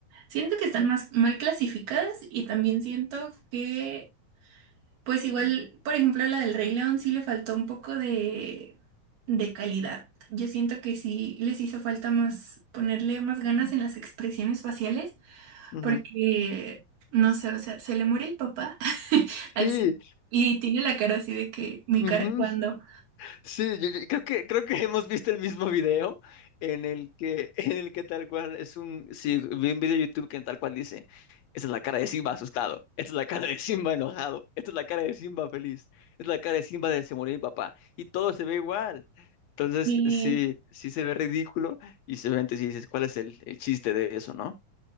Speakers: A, on the right; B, on the left.
A: siento que están más mal clasificadas y también siento que, pues igual, por ejemplo, a la del Rey León sí le faltó un poco de, de calidad. Yo siento que sí les hizo falta más ponerle más ganas en las expresiones faciales
B: Ujú.
A: porque, no sé, o sea, se le muere el papá <laughs> al
B: Sí,
A: Sid y tiene la cara así de que mi
B: ujú.
A: cara cuando.
B: Sí, yo- yo creo que creo que <laughs> hemos visto el mismo video en el que <laughs> en el que tal cual es un sí, vi un video de YouTube que tal cual dice, esta es la cara de Simba asustado, esta es la cara de Simba enojado, esta es la cara de Simba feliz, esta es la cara de Simba de se murió mi papá y todo se ve igual. Entonces,
A: Y
B: sí, sí se ve ridículo y seguramente si dices, ¿cuál es el, el chiste de eso, no?